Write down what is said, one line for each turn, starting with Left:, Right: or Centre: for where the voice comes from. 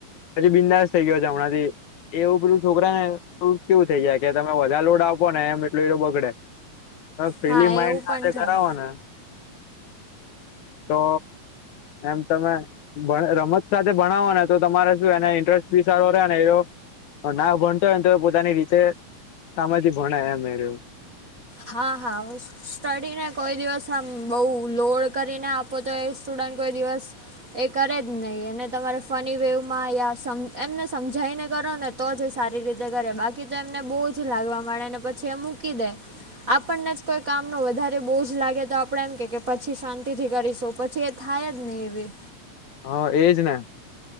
Left: પછી બિંદાસ થઇ ગયો છે હમણાં થી એવું બધું છોકરા ને એ કેવું થઈ જાય કે તમે બધા લોડ આપો ને એમ એટલ એ બગડે ફ્રી
Right: હા
Left: માઈન્ડ
Right: એવું પણ
Left: હાથે
Right: થાય
Left: કરાવો ને તો એમ તમે રમત સાથે ભણાવો ને તો તમારે શું એને ઇન્ટરેસ્ટ ફી સારો રહે ને એવ ના ભણતો હોય ને તો પોતાની રીતે કમાંથી ભણે એમ એયરો
Right: હા હા હું સ્ટડીને કોઈ દિવસ આમ બહુ લોડ કરીને આપ પોતો એ સ્ટુડન્ટ કોઈ દિવસ એ કરે જ નહીં એને તમારે ફની વેવમાં યા સમ એમને સમજાઈ ને કરો ને તો જ સારી રીતે કરે બાકી તો એમને બહુ જ લાગવા માંડે ને પછી એ મૂકી દે આપણને જ કોઈ કામનો વધારે બોજ લાગે તો આપણે એમ કે કે પછી શાંતિ થી કરીશું પછી થાય જ નહીં એ
Left: હ એજ ને.